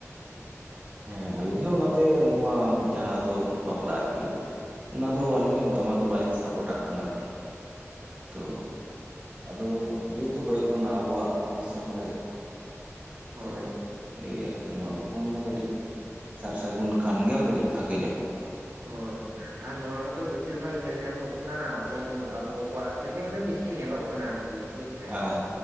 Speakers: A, on the right; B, on the right.
A: ᱦᱮᱸ ᱟᱹᱞᱤᱧ ᱦᱚᱸ ᱚᱱᱟᱛᱮ ᱱᱚᱣᱟ ᱡᱟᱦᱟᱸ ᱫᱚ ᱵᱟᱯᱞᱟ ᱟᱨᱠᱤ ᱚᱱᱟᱫᱚ ᱟᱹᱞᱤᱧ ᱦᱚᱸ ᱫᱚᱢᱮ ᱫᱚ ᱵᱟᱞᱤᱧ ᱥᱟᱯᱳᱨᱴᱟᱜ ᱠᱟᱱᱟ ᱟᱨᱠᱤ᱾ ᱛᱚ ᱟᱫᱚ ᱡᱮᱦᱮᱛᱩ ᱦᱩᱭᱩᱜ ᱠᱟᱱᱟ ᱟᱵᱚᱣᱟᱜ ᱫᱤᱥᱚᱢ ᱨᱮ᱾
B: ᱠᱚᱜᱼᱟ
A: ᱛᱚ
B: ᱦᱳᱭ
A: ᱱᱤᱭᱟᱹ ᱟᱨᱠᱤ ᱱᱚᱣᱟ ᱠᱚᱠᱷᱚᱱ ᱫᱚ ᱠᱟᱹᱴᱤᱡ ᱥᱟᱨ ᱥᱟᱹᱜᱩᱱ ᱠᱷᱟᱱᱜᱮ ᱠᱟᱹᱴᱤᱡ ᱵᱷᱟᱜᱮ ᱧᱚᱜ ᱠᱚᱜ-ᱟ᱾
B: ᱦᱳᱭ ᱟᱨ ᱱᱚᱣᱟ ᱠᱚᱫᱚ ᱵᱮᱥᱤᱨ ᱵᱷᱟᱜ ᱧᱮᱞ ᱧᱟᱢᱚᱜ ᱠᱟᱱᱟ ᱟᱵᱚ ᱟᱵᱚ ᱠᱚᱣᱟᱜ ᱨᱮᱜᱮ ᱢᱟᱱᱮ ᱵᱤᱥᱤ᱾ ᱧᱮᱞᱚᱜ ᱠᱟᱱᱟ ᱟᱨᱠᱤ ᱦᱳᱭᱥᱮ᱾
A: ᱦᱮᱸ